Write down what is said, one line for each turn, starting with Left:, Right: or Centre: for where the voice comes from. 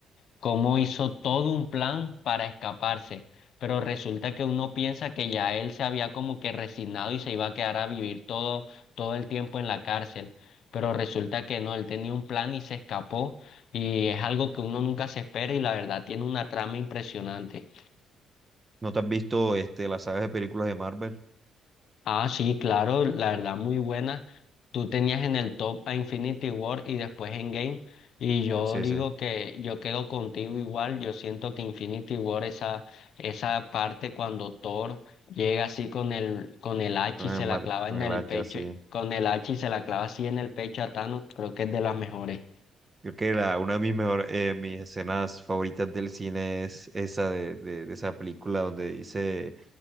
Left: cómo hizo todo un plan para escaparse. Pero resulta que uno piensa que ya él se había como que resignado y se iba a quedar a vivir todo, todo el tiempo en la cárcel. Pero resulta que no, él tenía un plan y se escapó. Y es algo que uno nunca se espera y la verdad tiene una trama impresionante.
Right: ¿No te has visto este, las sagas de películas de Marvel?
Left: Ah, sí, claro, la verdad muy buena. Tú tenías en el top a Infinity War y después Endgame. Y yo
Right: Sí,
Left: digo
Right: sí,
Left: que yo quedo contigo igual. Yo siento que Infinity War, esa, esa parte cuando Thor llega así con el, con el hacha
Right: con
Left: y se
Right: el, mar,
Left: la clava
Right: con
Left: en
Right: el
Left: el
Right: hacha,
Left: pecho,
Right: sí.
Left: con el hacha y se la clava así en el pecho a Thanos, creo que es de las mejores.
Right: Creo que la, una de mis, mejor, eh, mis escenas favoritas del cine es esa de, de, de esa película donde dice